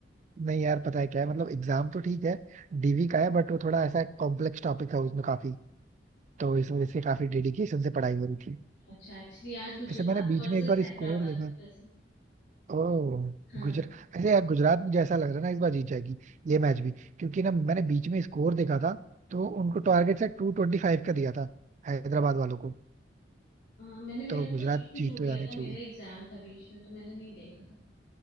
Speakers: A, on the right (about 40°); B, on the left (about 75°).
A: नहीं यार पता है क्या है मतलब एग्जाम तो ठीक है डीवी का है बट वो थोड़ा ऐसा कॉम्प्लेक्स टॉपिक है उसमें काफी तो इस वजह से काफी डेडिकेशन से पढ़ाई हो रही थी
B: अच्छा एक्चुअली आज गुजरात
A: ऐसे मैंने बीच
B: वर्सेस
A: में एक बार
B: हैदराबाद
A: स्कोर देखा
B: है वैसे
A: ओह
B: हाँ
A: गुजरात ऐसे यार गुजरात मुझे ऐसा लग रहा है ना इस बार जीत जाएगी ये मैच भी क्योंकि ना मैंने बीच में स्कोर देखा था तो उनको टारगेट से टू ट्वेंटी फाइव का दिया था हैदराबाद वालों को
B: अ, मैंने मेरा
A: तो गुजरात
B: तो बीच में
A: जीत
B: छूट
A: तो
B: गया
A: जानी
B: था मेरा
A: चाहिए
B: एग्जाम था बीच में तो मैंने नहीं देखा था